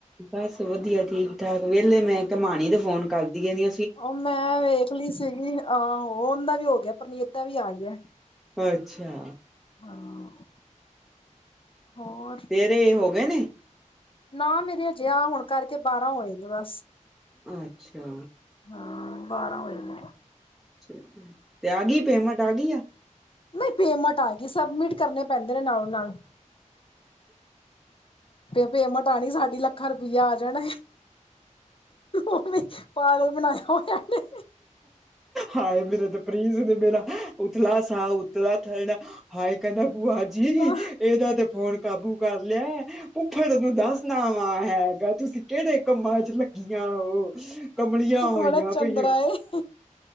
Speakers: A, in the centre; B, on the left.
A: ਬਸ ਵਧੀਆ ਠੀਕ ਠਾਕ ਵਿਹਲੇ ਮੈਂ ਕਮਾਣੀ ਦੇ ਫੋਨ ਕਰਦੀ ਰਹਿਣੀ
B: ਉਹ ਮੈਂ ਵੇਖ ਲਈ ਸੀਗੀ ਅਹ ਉਹ ਦਾ ਵੀ ਹੋ ਗਿਆ ਪਰਨੀਤ ਦਾ ਵੀ ਆ ਗਿਆ।
A: ਅੱਛਾ।
B: ਹਾਂ। ਹੋਰ
A: ਤੇਰੇ ਹੋ ਗਏ ਨੇ?
B: ਨਾ ਮੇਰੇ ਅਜਿਹਾ ਹੋਣ ਕਰਕੇ ਬਾਰਾਂ ਹੋਏ ਨੇ ਬਸ।
A: ਅੱਛਾ।
B: ਹਾਂ ਬਾਰਾਂ ਹੋਏ ਨੇ।
A: <inaudible> ਪੇਮੈਂਟ ਆ ਗਈ ਆ?
B: ਨਈ ਪੇਮੈਂਟ ਆਗੀ ਸਬਮਿਟ ਕਰਨੇ ਪੈਂਦੇ ਨੇ ਨਾਲੋਂ ਨਾਲ। ਪੈਮੇਂਟ ਆਣੀ ਸਾਡੀ ਲਾ ਲੱਖ ਰੁਪਈਆਂ ਆ ਜਾਣਾ ਓਵੇਂ ਪਾਗਲ ਬਣਾਇਆ ਹੋਇਆ ਇਹਨੇ।
A: ਹਾਏ ਮੇਰੇ ਤੇ ਪ੍ਰੀਜ਼ ਨੇ ਮੇਰਾ ਉਤਲਾ ਸਾਹ ਉਤਲਾ ਥਰਡਾ ਹਾਏ ਕਹਿੰਦਾ ਬੂਆ ਜੀ
B: ਨਾ
A: ਇਹਦਾ ਤੇ ਫੋਨ ਕਾਬੂ ਕਰ ਲਿਆ ਐ ਭੁੱਫੜ ਨੂੰ ਦੱਸਣਾ ਵਾਂ ਹੈਗਾ ਤੁਸੀਂ ਕਿਹੜੇ ਕੰਮਾਂ 'ਚ ਲੱਗੀਆਂ ਉਹ ਕਮਲੀਆਂ ਹੋਈਆਂ
B: ਬੜਾ ਚੰਦਰਾ
A: ਪੀ ਓ।
B: ਏ।